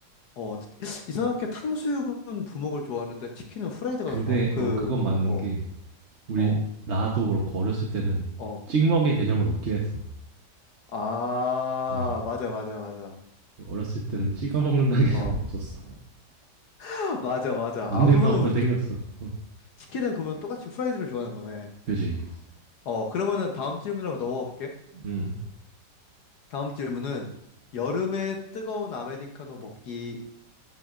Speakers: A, on the left; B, on the right.
A: 어 이상하게 탕수육은 부먹을 좋아하는데 치킨은 후라이드가
B: 근데,
A: 더 좋아. 그
B: 어, 그건 맞는
A: 어
B: 게, 우리
A: 어
B: 나도 그렇고 어렸을 때는
A: 어.
B: 찍먹의 개념은 없긴 했어.
A: 아
B: 응.
A: 맞아 맞아 맞아.
B: 어렸을 때는 찍어 먹는다는 <laughs> 개념은
A: 어
B: 없었어.
A: <laughs> 맞아 맞아.
B: 언젠가부터
A: 아 그러면 우리
B: 생겼어.
A: 또
B: 어.
A: 치킨은 그러면 똑같이 후라이드를 좋아하는 거네.
B: 그지.
A: 어 그러면은 다음 질문 한번 넘어가 볼게.
B: 응.
A: 다음 질문은 여름에 뜨거운 아메리카노 먹기